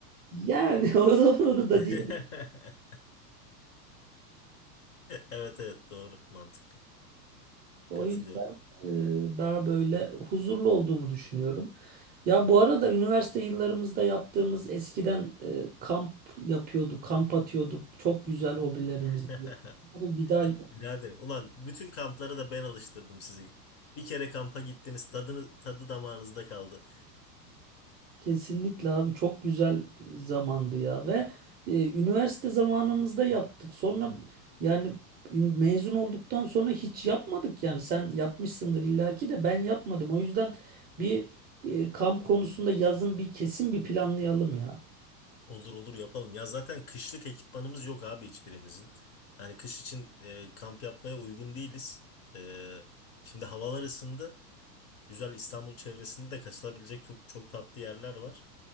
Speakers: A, on the right (about 20°); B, on the left (about 30°).
A: Yani <laughs> o zaman onu da
B: <laughs>
A: diyeyim.
B: Evet evet doğru mantıklı.
A: O
B: Katılıyorum.
A: yüzden e, daha böyle huzurlu olduğumu düşünüyorum. Ya bu arada üniversite yıllarımızda yaptığımız eskiden e, kamp yapıyorduk, kamp atıyorduk. Çok güzel hobilerimizdi.
B: <laughs>
A: Bunları Bir daha yapalım.
B: Birader, ulan bütün kamplara da ben alıştırdım sizi. Bir kere kampa gittiniz, tadını, tadı damağınızda kaldı.
A: Kesinlikle abi çok güzel zamandı ya ve e, üniversite zamanımızda yaptık. Sonra yani ün- mezun olduktan sonra hiç yapmadık yani sen yapmışsındır illaki de ben yapmadım. O yüzden bir e, kamp konusunda yazın bir kesin bir planlayalım ya.
B: Olur olur yapalım. Ya zaten kışlık ekipmanımız yok abi hiçbirimizin. Hani kış için e, kamp yapmaya uygun değiliz. E, şimdi havalar ısındı. Güzel İstanbul çevresinde de kaçılabilecek çok, çok tatlı yerler var.